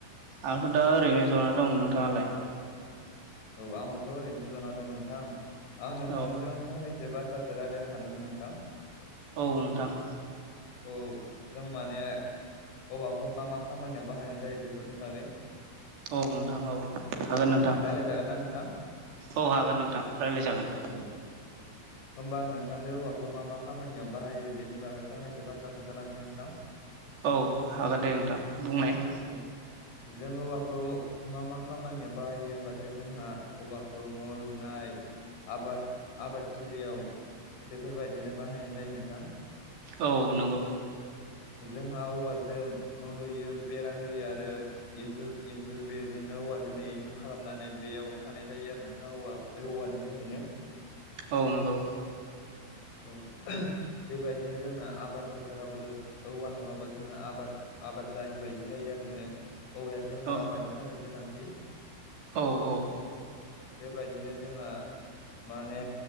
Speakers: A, on the right; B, on the left.
A: आंथ' दा ओरैनो जना दं नोंथाङालाय?
B: औ आंबोथ' ओरैनोसो जना दं नोंथां आं नोंथांजों
A: औ
B: फंनैसो बाथ्रासो रायज्लायनो सानदोंमोन नोंथां।
A: औ नोंथां।
B: औ जों माने औवाखौ मा मा खामानियाव बाहायनाय जायो बेफोरनि बागै
A: औ नोंथां औ हागोन नोंथां
B: रायज्लायजागोन ना नोंथां
A: औ हागोन नोंथां रायलायजागोन।
B: औ। होमबा आं नोंथांनो औवाखौ मा मा खामानियाव बाहायो बेनि बागै फंनैसो बाथ्रा खोन्थालांसै नोंथां।
A: औ हागोन दे नोंथां बुंनाय ।
B: औ जों औवाखौ मा मा खामानियाव बाहायो होमबाथाय जोंहा औवाखौ न' लुनाय आबाद आबादथिलियाव बेफोरबायदिनो बाहायनाय जायो नोंथां।
A: औ नंगौ।
B: जोंहा औवाजों न' लुयो बेरा होयो आरो इन्जुर इन्जुर बेरजोंनो औवाजोंनो इन्जुर खालामनानै बेयाव थानाय जायो आरो नोंथाङा औवा औवानि जोहैनो
A: औ नंगौ
B: औ बेबायदिनो जोंना आबाद फोथारावबो औवा नङाबा जोंना आबाद आबाद जायि बायदि जायो आरोनो औवाया जोंना
A: औ
B: आबादनि थाखाय गोनांथि
A: औ औ।
B: बेबायदिनो जोंहा माने